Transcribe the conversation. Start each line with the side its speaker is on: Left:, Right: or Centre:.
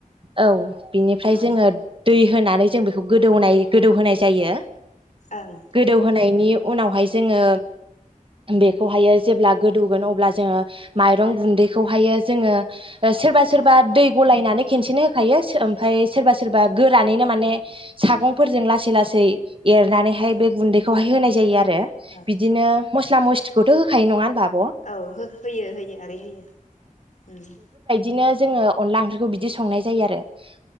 Right: औ बिनिफ्राय
Left: ओं
Right: जोङो दै होनानै जों बेखौ गोदौनाय गोदौ होनाय जायो।
Left: ओं
Right: गोदौहोनायनि उनावहाय जोङो बेखौहायो जेब्ला गोदौगोन अब्ला जोङो माइरं गुन्दैखौहायो जोङो सोरबा सोरबा
Left: औ
Right: दै गलायनानै खेनसेनो होखायो सो ओमफाय सोरबा सोरबा
Left: औ
Right: गोरानैनो माने सागंफोरजों लासै लासै एरनानैहाय
Left: औ
Right: बे गुन्दैखौहाय होनायन जायो । आरो
Left: औ
Right: बिदिनो मस्ला मस्लि खौथ' होखायो नङा होनबा?
Left: औ होख हेयो होयो आगै होयो उम ।
Right: बिदिनो जोङो अनदला ओंख्रिखौ बिदि संनाय जायो आरो ।